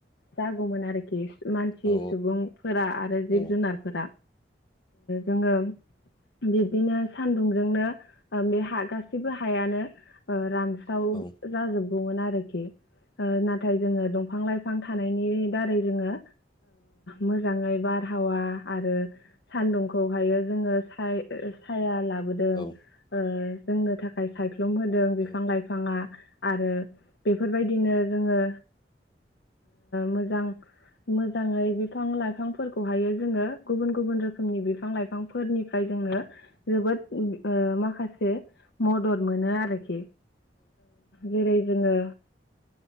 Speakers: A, on the left; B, on the left.
A: जागौमोन आरोखि मानसि
B: औ
A: सुबुंफोरा आरो जिब
B: औ
A: जुनारफोरा जोङो बिब्दिनो सान्दुंजोंनो बे हा गासैबो हायानो रानस्राव
B: औ
A: जाजोबगौमोन आरोखि
B: उम
A: नाथाय जोङो दंफां लाइफां थानायनि दारै जोङो मोजाङै बारहावा आरो आरो सान्दुंखौहायो जोङो साय साया लाबोदों
B: औ उम
A: जोंनो थाखाय सायख्लुम होदों बिफां
B: औ
A: लाइफाङा आरो बेफोरबायदिनो जोङो मोजां मोजाङै बिफां लाइफांफोरखौहायो जोङो गुबुन गुबुन रोखोमनि बिफां लाइफांफोरनिफ्राय जोंनो जोबोद माखासे मदद मोनो आरोखि जेरै जोङो